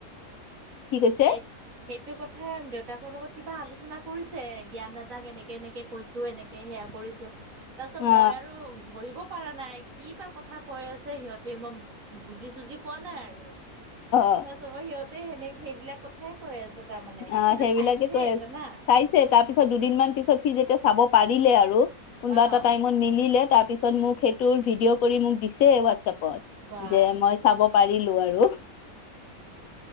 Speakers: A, on the left (about 70°); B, on the right (about 65°).
A: কি কৈছে
B: স সেইটো কথাই দেউতাকৰ লগত কিবা আলো আলোচনা কৰিছে। জ্ঞান দাদাক এনেকে এনেকে কৈছোঁ, এনেকৈ সেয়া কৰিছোঁ। তাৰপিছত
A: অ
B: মই আৰু ধৰিব পৰা নাই। কি বা কথা কৈ আছে সিহঁতে, মই বুজি চুজি পোৱা নাই আৰু
A: অ
B: তাৰপাছত মই সিহঁতে সেনেকে সেইবিলাক কথাই কৈ আছে। তাৰ মানে
A: আহ
B: কিন্তু
A: সেইবিলাকে
B: চাইছে
A: কৈ আছে
B: জানা?
A: চাইছে তাৰ পিছত দুদিনমান পিছত সি যেতিয়া চাব পাৰিলে আৰু কোনোবা
B: অ
A: এটা টাইমত মিলে তাৰপিছত মোক সেইটোৰ ভিডিঅ' কৰি মোক দিছে। হোৱাটছএপ ত
B: বা
A: যে মই চাব পাৰিলো আৰু